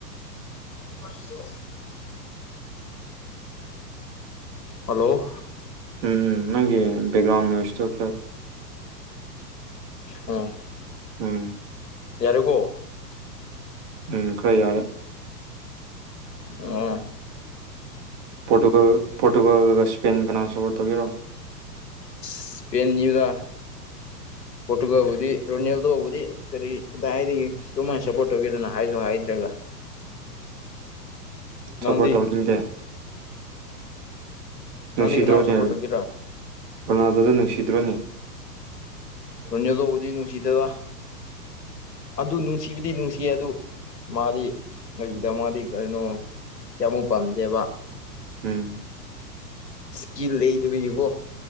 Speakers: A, on the left; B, on the right.
A: ꯋꯥꯠꯇ ꯍꯜꯂꯣ
B: ꯎꯝ ꯎꯝ ꯅꯪꯒꯤ ꯕꯦꯛꯒ꯭ꯔꯥꯎꯟ ꯅꫭꯏꯁꯇꫭ ꯈꯔ
A: ꯑꫭ
B: ꯎꯝ
A: ꯌꯥꯔꯦꯀꫭ
B: ꯎꯝ ꯈꯔ ꯌꯥꯔꯦ
A: ꯑꯣ
B: ꯄꯣꯔꯇꯨꯒꯜꯒ ꯏꯁꯄꯦꯟ ꯀꯅꯥ ꯁꯄꯣꯔꯠ ꯇꯧꯕꯤꯔꯣ
A: ꯁꯄꯦꯅꯤꯗ ꯄꯣꯔꯇꯨꯒꯕꯨꯗꯤ ꯔꯣꯅꯦꯜꯗꯣꯕꯨꯗꯤ ꯀꯔꯤ ꯀꯗꯥꯏꯗꯒꯤ ꯀꯔꯝꯍꯥꯏꯅ ꯁꯞꯄꯣꯔꯠ ꯇꯧꯒꯗꯅꯣ ꯍꯥꯏꯁꯨ ꯍꯥꯏꯗ꯭ꯔꯒ
B: ꯁꯄ
A: ꯅꯪꯗꯤ
B: ꯇꯥꯎꯅꯤꯡꯗ ꯅꯨꯡꯁꯤꯗ꯭ꯔꯣꯅꯦ
A: ꯅꯪꯗꯤ ꯀꯅꯥꯕꯨ ꯁꯞꯄꯣꯔꯠ ꯇꯧꯒꯦꯔꯥ
B: ꯔꯣꯅꯥꯗꯣꯗ ꯅꯨꯡꯁꯤꯗ꯭ꯔꯣꯅꯦ
A: ꯔꫭꯅꯦꯜꯗꫭꯕꯨꯗꯤ ꯅꯨꯡꯁꯤꯗꯦꯗ
B: <unintelligible>
A: ꯑꯗꯨ ꯅꯨꯡꯁꯤꯕꯗꯤ ꯅꯨꯡꯁꯤꯌꯦ ꯑꯗꯨ ꯃꯥꯗꯤ ꯀꯒꯤꯗ ꯃꯥꯗꯤ ꯀꯔꯤꯅꯣ ꯀꯌꯥꯃꯨꯛ ꯄꯥꯝꯗꯦꯕ
B: ꯎꯝ
A: ꯏꯁꯀꯤꯜ ꯂꯩꯗꯕꯤꯒꯤꯀꯣ